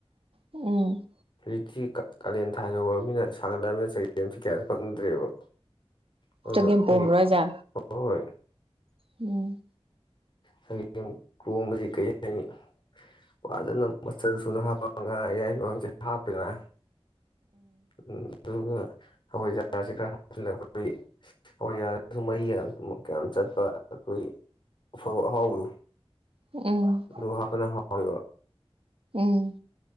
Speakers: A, on the right (about 60°); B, on the left (about 50°).
A: ꯎꯝ
B: ꯍꯧꯖꯤꯛꯇꯤ ꯀꯥꯂꯦꯟ ꯊꯥ ꯌ ꯍꯧꯔꯕꯃꯤꯅ ꯁꯥꯒꯠꯂꯕꯃꯤꯅ ꯆꯜꯁꯤ ꯀꯌꯥꯁꯨ ꯐꯪꯅꯗ꯭ꯔꯦꯕ ꯑꯗꯨꯅꯈꯏ
A: ꯆꯒꯦꯝ ꯄꯣꯝꯕ꯭ꯔꯣ ꯍꯥꯏꯖꯦ
B: ꯑ ꯍꯣꯏ
A: ꯎꯝ
B: ꯁꯒꯦꯝ ꯀꯣꯝꯕꯁꯤ ꯀꯔꯤ ꯍꯥꯏꯅꯤ ꯋꯥꯖꯅ ꯃꯆꯜ ꯁꯨꯅ ꯍꯥꯞꯄ ꯉ ꯌꯥꯌꯥꯏꯕꯥꯡꯁꯦ ꯍꯥꯞꯄꯦꯔ ꯎꯝ ꯑꯗꯨꯒ ꯍꯈꯏꯖꯥꯔꯁꯤ ꯈꯔ ꯍꯥꯞꯆꯤꯂ ꯑꯩꯈꯣꯏ ꯍꯋꯥꯏꯖꯥꯔꯁꯨ ꯃꯔꯤꯒ ꯀꯌꯥꯝ ꯆꯠꯄ ꯑꯩꯈꯣꯏ ꯐꯣꯔ ꯑꯍꯥꯎꯗꯨ
A: ꯎꯝ
B: ꯑꯗꯨ ꯍꯥꯞꯄꯅ ꯍꯥꯎꯋꯦꯕ
A: ꯎꯝ